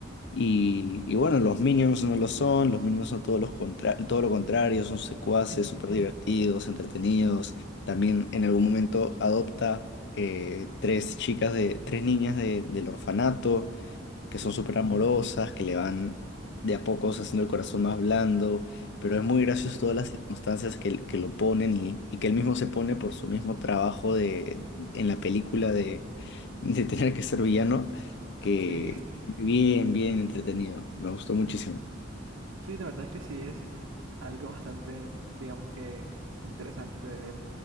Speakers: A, on the left; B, on the right.
A: Y, y bueno, los Minions no lo son, los Minions son todos los contra- todo lo contrario, son secuaces,
B: Sí,
A: súper
B: <laughs>
A: divertidos, entretenidos. También en algún momento adopta eh, tres chicas de, tres niñas de- del orfanato
B: sí,
A: que son súper amorosas, que le van de a pocos haciendo el corazón más blando, pero es muy gracioso
B: sí,
A: todas las circunstancias que, que lo ponen y, y que él mismo se pone por su mismo trabajo de, en la película de, de tener que ser villano, que
B: sí. <laughs>
A: bien, bien entretenido, me gustó muchísimo.
B: Sí, la verdad es que sí es. algo bastante, digamos que interesante de ver.